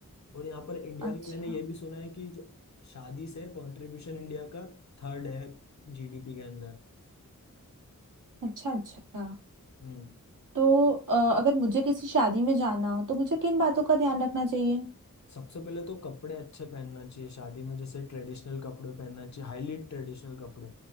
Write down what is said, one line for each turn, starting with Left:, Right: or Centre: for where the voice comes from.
Left: और यहाँ पर इंडिया
Right: अच्छा
Left: में मैंने ये भी सुना है कि जो शादी से कंट्रीब्यूशन इंडिया का थर्ड है जीडीपी के अंदर
Right: अच्छा अच्छा
Left: हम्म
Right: तो अ, अगर मुझे किसी शादी में जाना हो तो मुझे किन बातों का ध्यान रखना चाहिए
Left: सबसे पहले तो कपड़े अच्छे पहनना चाहिए शादी में जैसे ट्रेडिशनल कपड़े पहनना चाहिए हाईली ट्रेडिशनल कपड़े